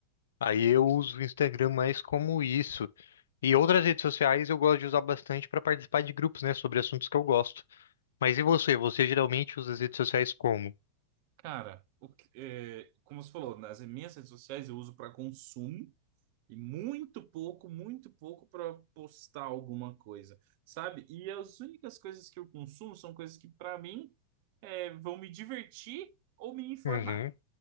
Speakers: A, on the left; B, on the right.
A: Aí eu uso o Instagram mais como isso. E outras redes sociais eu gosto de usar bastante para participar de grupos, né? Sobre assuntos que eu gosto. Mas e você? Você geralmente usa as redes sociais como?
B: Cara, o que- é, como você falou, nas minhas redes sociais eu uso para consumo. E muito pouco, muito pouco para postar alguma coisa, sabe? E as únicas coisas que eu consumo são coisas que, para mim, é, vão me divertir ou me informar.
A: Uhum,